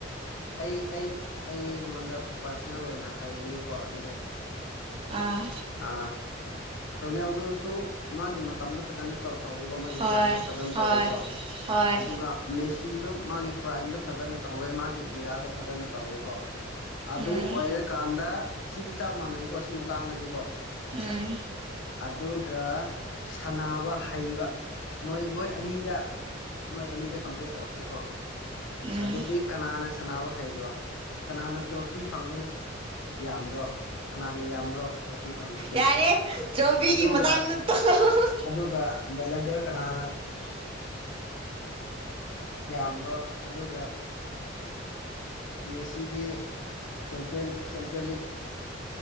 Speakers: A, on the left (about 75°); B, on the right (about 30°).
A: ꯑꯩ ꯑꯩ ꯑꯩꯉꯣꯟꯗ ꯄꯥꯔꯁꯣꯅꯦꯜ ꯑꯣꯏꯅ ꯍꯥꯏꯈꯤꯒꯦꯀꯣ ꯑꯗꯨꯗꯤ
B: ꯑꯥ
A: ꯑ ꯔꯣꯅꯦꯜꯗꯨꯁꯨ ꯃꯥꯒꯤ ꯃꯇꯝꯗꯣ ꯐꯖꯅ ꯇꯧ ꯇꯒꯤ
B: ꯍꯣꯏ
A: ꯕ꯭ꯔꯥꯏ ꯐꯖꯅ
B: ꯍꯣꯏ
A: ꯇꯧꯋꯀꯣ
B: ꯍꯣꯏ
A: ꯑꯗꯨꯒ ꯁꯨ ꯃꯥꯒꯤ ꯄ꯭ꯔꯥꯏꯝꯗ ꯐꯖꯅ ꯇꯧꯋꯦ ꯃꯥꯒꯤ ꯏꯔꯥꯗ ꯐꯖꯅ ꯇꯧꯋꯦꯀꯣ ꯑꯗꯨ
B: ꯎꯝ
A: ꯑꯣꯏꯔꯀꯥꯟꯗ ꯁꯤꯗꯤ ꯆꯞ ꯃꯥꯟꯅꯩꯀꯣ ꯁꯤ ꯃꯇꯥꯡꯗꯗꯤꯀꯣ
B: ꯎꯝ
A: ꯑꯗꯨꯒ ꯁꯅꯕ ꯍꯩꯕ ꯃꯣꯏ ꯃꯣꯏ ꯑꯅꯤꯗ ꯃꯣꯏ ꯑꯅꯤꯗ ꯀꯝꯄꯦꯌꯔ ꯇꯧꯔꯁꯤꯦꯀꯣ
B: ꯎꯝ
A: ꯑꯗꯨꯗꯤ ꯀꯅꯥꯅ ꯁꯥꯟꯅꯕ ꯍꯥꯏꯩꯕ꯭ꯔꯣ ꯀꯅꯥꯅ ꯇ꯭ꯔꯣꯐꯤ ꯐꯪꯕ ꯌꯥꯝꯕ꯭ꯔꯣ ꯀꯅꯥꯅ ꯌꯥꯝꯕ꯭ꯔꯣ ꯇ꯭ꯔꯣꯐꯤ ꯐꯪꯉꯁꯦ
B: ꯌꯥꯔꯦ ꯆꯣꯕꯤꯒꯤ
A: ꯑꯗꯨꯒ
B: ꯃꯇꯥꯡꯗ ꯇꯣꯛꯑꯣ
A: ꯑꯗꯨꯒ ꯚꯦꯂꯦꯟꯗꯔ ꯀꯅꯥꯅ <unintelligible> <inaudible>
B: <unintelligible> <inaudible>
A: ꯌꯥꯝꯕ꯭ꯔꯣ ꯑꯗꯨꯒ ꯃꯦꯁꯤꯗ ꯆꯄꯤꯟ ꯆꯦꯝꯄꯤꯌꯟ ꯂꯤꯛ